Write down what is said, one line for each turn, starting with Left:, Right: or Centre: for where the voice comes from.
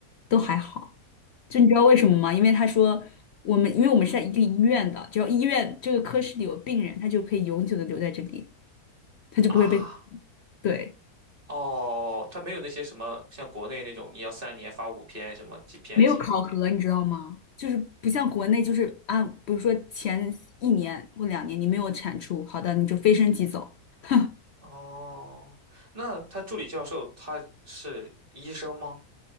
Left: 都还好。就你知道为什么吗？因为他说我们，因为我们是在一个医院的，只要医院这个科室里有病人，他就可以永久的留在这里，他就不会被，
Right: 啊
Left: 对，
Right: 哦，他没有那些什么像国内那种你要三年发五篇什么几篇几点。
Left: 没有考核，你知道吗？就是不像国内，就是啊，比如说前一年或两年你没有产出，好的，你就飞升即走。<laughs>
Right: 哦，那他助理教授他是医生吗？